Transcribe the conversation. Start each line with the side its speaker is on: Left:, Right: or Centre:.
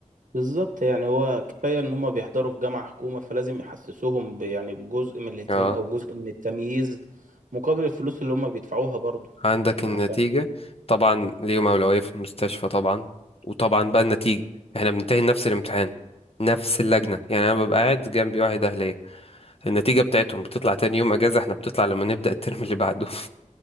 Right: بالظبط يعني هو كفاية إن هما بيحضروا في جامعة حكومة فلازم يحسسوهم ب- يعني بجزء من الاهتمام
Left: اه
Right: أو جزء من التمييز مقابل الفلوس اللي هما بيدفعوها برضو
Left: عندك
Right: يعني
Left: النتيجة
Right: عشان
Left: طبعا ليهم اولوية في المستشفى طبعا وطبعا بقى النتيجة احنا بننتهي نفس الامتحان نفس اللجنة يعني انا ببقى قاعد جنبي واحد اهلية النتيجة بتاعتهم بتطلع تاني يوم اجازة احنا بتطلع لما نبدأ الترم اللي بعده